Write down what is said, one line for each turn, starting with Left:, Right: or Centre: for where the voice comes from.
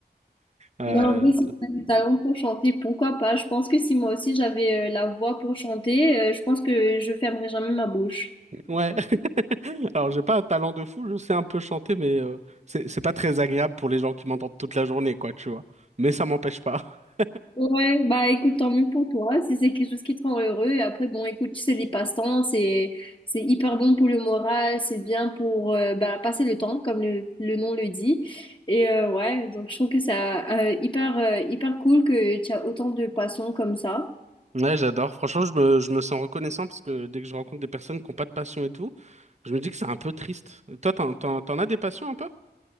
Right: Euh,
Left: Mais en vrai, si tu as du talent pour chanter, pourquoi pas? Je pense que si moi aussi j'avais euh, la voix pour chanter, euh, je pense que je fermerais jamais ma bouche.
Right: Ouais. <laughs> Alors, j'ai pas un talent de fou, je sais un peu chanter, mais euh, c'est c'est pas très agréable pour les gens qui m'entendent toute la journée, quoi, tu vois. Mais ça m'empêche pas. <laughs>
Left: Ouais, bah écoute, tant mieux pour toi, si c'est quelque chose qui te rend heureux. Et après, bon, écoute, tu sais, les passe-temps, c'est c'est hyper bon pour le moral, c'est bien pour euh, bah, passer le temps, comme le, le nom le dit. Et euh, ouais, donc je trouve que c'est hyper, euh, hyper cool que tu as autant de passions comme ça.
Right: Ouais, j'adore. Franchement, je me, je me sens reconnaissant parce que dès que je rencontre des personnes qui n'ont pas de passion et tout, je me dis que c'est un peu triste. Toi, t'en, t'en, t'en as des passions un peu?